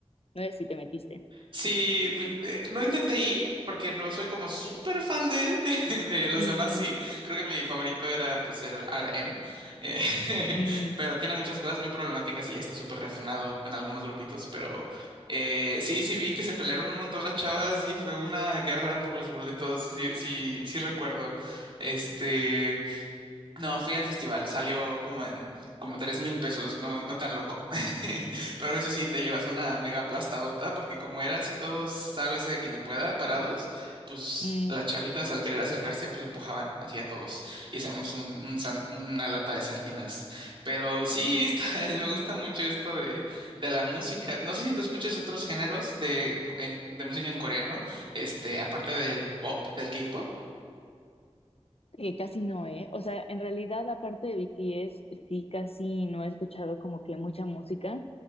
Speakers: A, on the left; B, on the right.
A: No sé si te metiste.
B: Sí, vi- eh, no intenté ir porque no soy como súper fan de él, <laughs> de los
A: Mm,
B: demás sí, creo que mi favorito era pues el RM, eh, <laughs>
A: mm,
B: pero tiene muchas cosas muy problemáticas y ya está súper refunado en algunos grupitos, pero eh, sí, sí vi que se pelearon un montón las chavas y fue una guerra por los boletos, sí, sí, sí recuerdo, este... No, fui al festival, salió como en como tres mil pesos, no, no tan loco. <laughs> Pero eso sí, te llevas una mega aplastadota, porque como era así todos, sálvese de quien pueda, parados, pues
A: mm. mm.
B: las chavitas al querer acercarse, pues empujaban hacia todos y hacemos un, un san- una lata de sardinas. Pero sí, <laughs> está- es- me gusta mucho esto de, de la música. No sé si tú escuchas otros géneros de, co- en- de música en coreano, este, aparte del pop, del K-pop.
A: Que casi no, ¿eh? O sea, en realidad, aparte de BTS, sí, casi no he escuchado como que mucha música.